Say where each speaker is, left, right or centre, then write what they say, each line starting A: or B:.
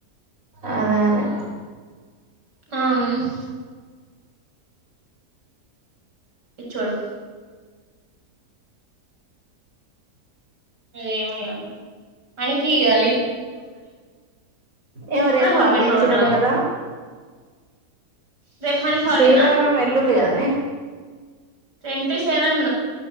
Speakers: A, on the right (about 55°); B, on the right (about 85°).
A: అదే అదే
B: ఆమ్ ఇచ్చుడు ఏమో ఇగ హనీకి ఇగా లి
A: ఏమో రేపు
B: పర్మిషన్
A: హాలిడే ఇచ్చిరట
B: అడుగుతదా
A: కదా
B: రేపు హనీకి హాలిడే
A: శ్రీరామనవమి
B: నా
A: ఎల్లుండి కదనే
B: ట్వంటీ సెవెన్